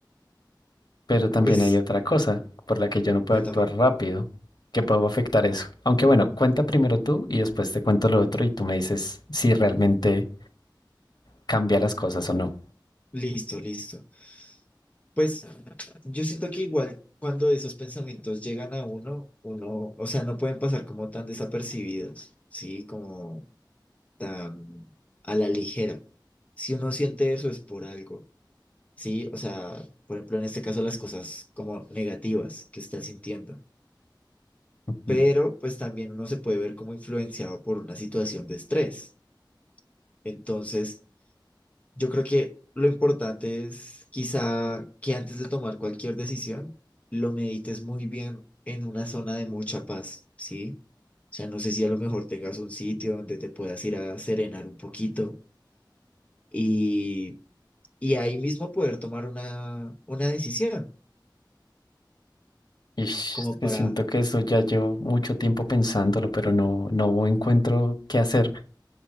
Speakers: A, on the left; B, on the left.
A: Pero también
B: Pues
A: hay otra cosa por la que yo no puedo
B: cuéntame.
A: actuar rápido, que puedo afectar eso. Aunque bueno, cuenta primero tú y después te cuento lo otro y tú me dices si realmente cambia las cosas o no.
B: Listo, listo. Pues yo siento que igual cuando esos pensamientos llegan a uno, uno, o sea, no pueden pasar como tan desapercibidos, ¿sí? Como tan a la ligera. Si uno siente eso es por algo, ¿sí? O sea, por ejemplo, en este caso las cosas como negativas que está sintiendo. Pero
A: Mm.
B: pues también uno se puede ver como influenciado por una situación de estrés. Entonces... Yo creo que lo importante es quizá que antes de tomar cualquier decisión, lo medites muy bien en una zona de mucha paz, ¿sí? O sea, no sé si a lo mejor tengas un sitio donde te puedas ir a serenar un poquito y, y ahí mismo poder tomar una, una decisión,
A: Ish,
B: como
A: es que
B: para,
A: siento que eso ya llevo mucho tiempo pensándolo, pero no, no encuentro qué hacer.